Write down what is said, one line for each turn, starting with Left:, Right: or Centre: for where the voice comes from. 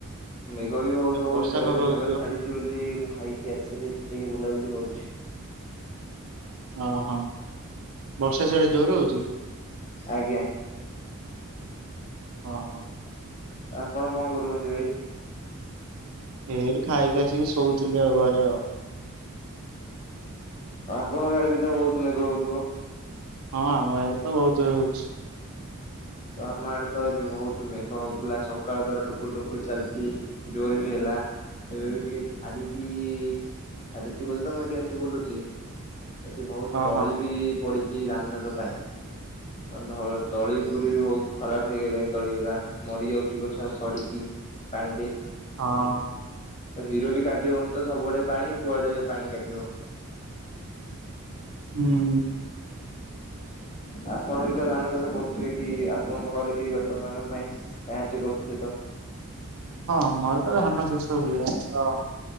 Left: ମେଘ ବି ବହୁତ
Right: ଏ
Left: ହଉଛି
Right: ବର୍ଷା
Left: ତ
Right: ପାଗ
Left: ଏବେ ମେଘ
Right: ହଉଥିବ
Left: ଛାଡିଛି ବୋଲି ମୁଁ ଖାଇକି ଆସିରି, ଟିକେ ବୁଲାବୁଲି କରୁଛି।
Right: ହଁ ହଁ ବର୍ଷା ସିଆଡେ ଜୋର ହଉଛି
Left: ଆଜ୍ଞା। <inaudible>
Right: ହଁ, ହଁ।
Left: ଆପଣ କଣ କରୁଅନ୍ତି ଭାଇ?
Right: ଏଇଠି ଖାଇି ଆସିକି ଶୋଉଥିଲି, ଆଉ ଘରେ ଆଉ।
Left: ଆପଣଙ୍କ ଆଡେ ବି ତ ବହୁତ ମେଘ ହଉଥିବ!
Right: ହଁ ଆମ ଆଡ଼େ ତ ବହୁତ ଜୋର ହଉଛି।
Left: ଆମ ଆଡେ ତ ଏବେ ବହୁତ ମେଘ ହଉଥିଲା। ସକାଳ ତାର ଟୁପର ଟୁପୁ ଚାଲଚି, ଜୋର ବି ହେଲା। ଏବେବି ଟିକେ ଛାଡିକି-ଇ, ଛାଡିଛି ବୋଲି ତ ମୁଁ ଏଠିକି ଆସି ବୁଲୁଛି। ଏଠି ବହୁତ
Right: ହଁ
Left: ତଳି
Right: ହଁ
Left: ବି ପଡିଛି, ଧାନ ଚାଷ ପାଇଁ ଆ ଧ ତଳି ପୁରୀ ବି ବହୁତ ଖରାପ ହେଇଗଲାଇଁ ତଳିଗୁରା। ମରି ଯାଉଛି ଗଛ ସଢିକି ପାଣିରେ।
Right: ହଁ।
Left: ହୀର ବି କାଟିହଉନି ତ ସବୁଆଡେ ପାଣି, କୁଆଡେ ପାଣି କାଟିବ। <inaudible>
Right: ହୁଁ।
Left: ଆପଣ ବି ତ ଧାନ ଚାଷ କରୁ ଟ୍ରେ କି ଆପଣଙ୍କ ଘରେ କେହି ବାପା ମାଁ ଙ୍କ ପାଇଁ ସାହାଯ୍ୟ କରୁଥିବେ ତ?
Right: ହଁ, ମୋର ତ ଧାନ ଚାଷ ହୁଏ। ଆମର,